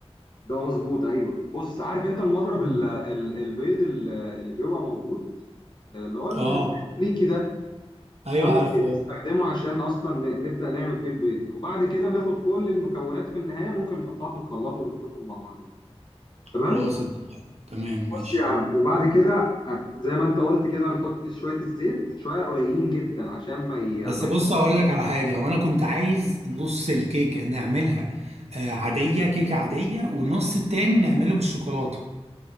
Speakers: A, on the left; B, on the right.
A: ده مظبوط ايوه بص عارف انت المضرب
B: مم.
A: ال- ال- البيض ال- اللي بيبقى موجود آه، اللي هو الامريكي
B: اه
A: ده
B: ايوه
A: ده ممكن
B: عارفه آه.
A: نستخدمه عشان اصلا ن- نبدا نعمل بيه البيض وبعد كده ناخد كل المكونات في النهايه ممكن نحطها في الخلاط ونخلطهم مع بعضين تمام
B: خلاص اتفقنا تمام ماشي
A: بص يا عم وبعد كده آه، زي ما انت قلت كده نحط شويه الزيت شويه قليلين جدا عشان ما ي... ما
B: بس بص
A: ي...
B: هقول لك على حاجة وانا كنت عايز نص الكيكة نعملها آه، عادية كيكة عادية والنص التاني نعمله بالشوكولاتة